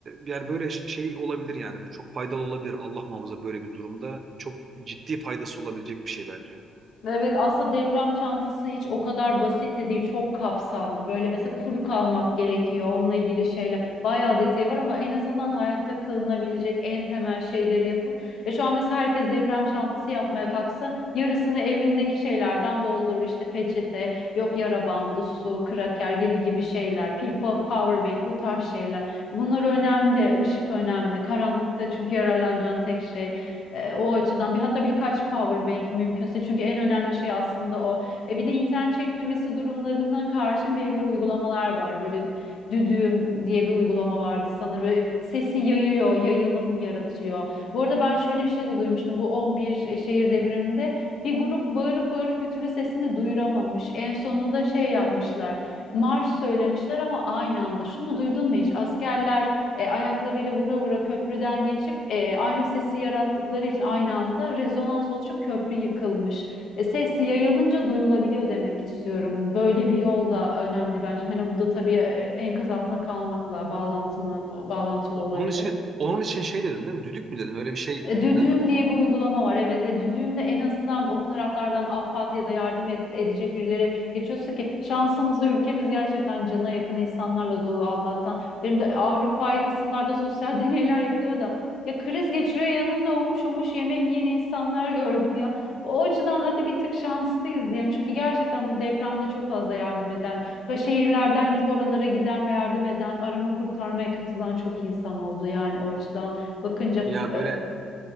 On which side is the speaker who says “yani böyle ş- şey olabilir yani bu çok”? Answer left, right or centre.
Right